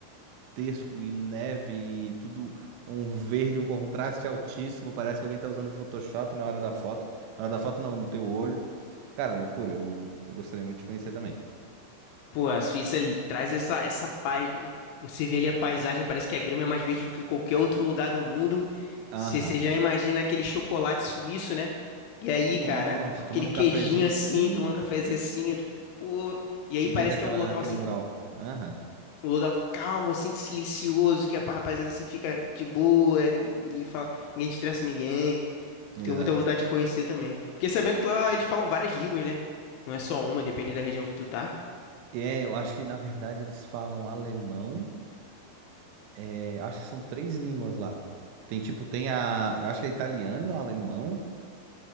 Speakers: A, on the right; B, on the left.
A: gigantesco e neve e tudo um verde, um contraste altíssimo. Parece que alguém tá usando Photoshop na hora da foto. Na hora da foto, não, no teu olho. Cara, loucura. Eu, eu gostaria muito de conhecer também.
B: Pô, a Suíça ele traz essa, essa paz, né? Você vê ali a paisagem, parece que a grama é mais verde do que qualquer outro lugar do mundo.
A: Aham.
B: Você você já imagina aquele chocolate suíço, né? E aí,
A: Nossa,
B: cara, o- aquele
A: tomando
B: queijinho
A: um cafezinho.
B: assim,
A: Hum,
B: tomando um cafezinho assim. Pô, e aí
A: vendo
B: parece
A: aquela,
B: que é um local
A: aquele
B: assim,
A: mural. Aham,
B: um lugar calmo, assim, que silencioso, que a rapaziada assim fica de boa, ninguém, ninguém fala, ninguém estressa ninguém.
A: exato.
B: Tenho muita vontade de conhecer também. Fiquei sabendo que lá eles falam várias línguas, né? Não é só uma, depende da região que tu tá.
A: É, eu acho que na verdade eles falam alemão. É, acho que são três línguas lá. Tem tipo, tem a. Eu acho que é italiano, alemão.